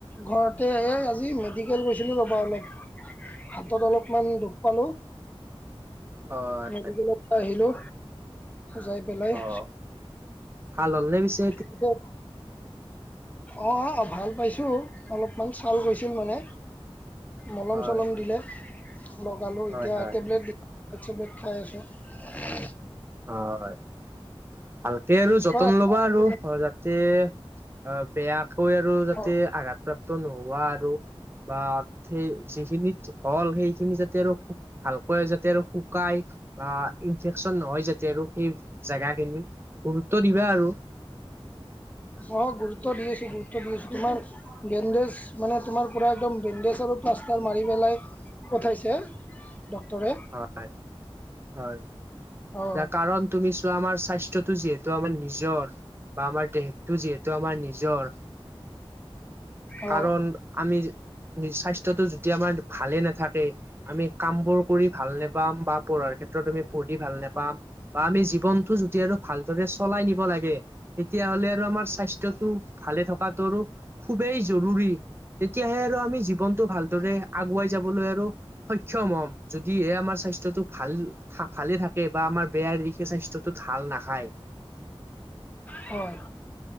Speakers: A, on the left (about 15°); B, on the right (about 25°).
A: ঘৰতে, এই আজি মেডিকেল গৈছিলোঁ ৰ'বা, অলপ। হাতত অলপমান দুখ পালোঁ।
B: হয়।
A: মেডিকেলৰ পৰা আহিলোঁ, যাই পেলাই।
B: অ' ভাল হ'লনে পিছে
A: এতিয়া অ', ভাল পাইছোঁ, অলপমান ছাল গৈছিল মানে। মলম
B: হয়
A: চলম দিলে, লগালোঁ
B: হয়
A: এতিয়া
B: হয়
A: টেবলেট দিব টেবলেট খাই আছো। উম্।
B: অ', হয়। ভালকে তাতে আৰু যতন
A: কোৱা তোমাৰ
B: ল'বা আৰু,
A: খবৰ কেনে?
B: যাতে অ', বেয়াকৈ আৰু যাতে
A: অ
B: আঘাত। প্ৰাপ্ত নোহোৱা আৰু বা সেই যিখিনিত হ'ল, সেইখিনি যাতে আৰু ভালকৈ যাতে আৰু শুকাই, বা ইনফেকচন নহয় যাতে। এ আৰু সেই জেগাখিনি। গুৰুত্ব দিবা আৰু
A: অ', গুৰুত্ব দি আছোঁ, গুৰুত্ব দি আছোঁ, তোমাৰ। বেণ্ডেজ, মানে তোমাৰ পৰা একদম বেণ্ডেজ আৰু প্লাষ্টাৰ মাৰি পেলাই। পথাইছে। ডক্টৰে।
B: হয়, হয়,
A: অ
B: ইয়াৰ কাৰণ। তুমি চোৱা, আমাৰ স্বাস্থ্যটো যিহেতু আমাৰ নিজৰ বা আমাৰ দেহতো যিহেতু আমাৰ নিজৰ,
A: অ
B: কাৰণ আমি স্বাস্থ্য টো যদি আমাৰ ভালে নাথাকে, আমি কাম বোৰ কৰি ভাল নাপাম, বা পঢ়াৰ ক্ষেত্ৰত আমি পঢ়ি ভাল নাপাম। বা আমি জীৱনটো যদি আৰু ভালদৰে চলাই নিব লাগে। তেতিয়া হ'লে আৰু আমাৰ স্বাস্থ্যটো ভালে থকাটো আৰু খুবেই জৰুৰী। তেতিয়াহে আৰু আমি জীৱনটো ভালদৰে আগুৱাই যাবলৈ আৰু সক্ষম হ'ম। যদিহে, এই আমাৰ স্বাস্থ্যটো ভাল ভালে থাকে বা আমাৰ বেয়াৰ দিশে স্বাস্থ্যটো ঢাল নাখায়।
A: হয়।